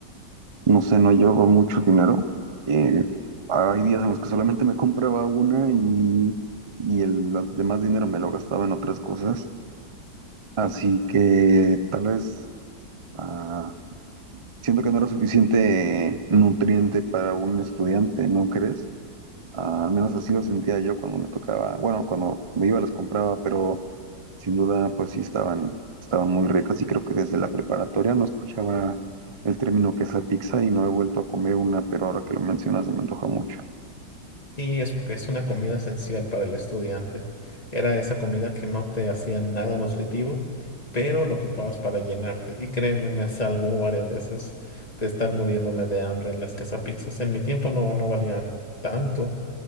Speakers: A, on the right; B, on the left.
A: no sé, no llevaba mucho dinero. Eh, hay días en los que solamente me compraba una y, y el demás dinero me lo gastaba en otras cosas. Así que tal vez ah, siento que no era suficiente nutriente para un estudiante, ¿no crees? Ah, al menos así lo sentía yo cuando me tocaba, bueno, cuando, cuando iba las compraba, pero sin duda, pues sí estaban, estaban muy ricas y creo que desde la preparatoria no escuchaba el término quesapizza y no he vuelto a comer una, pero ahora que lo mencionas se me antoja mucho.
B: Sí, es porque es una comida esencial para el estudiante. Era esa comida que no te hacía nada nutritivo, pero lo ocupabas para llenarte. Y créeme, me salvó varias veces de estar muriéndome de hambre. Las quesapizzas en mi tiempo no, no valían tanto,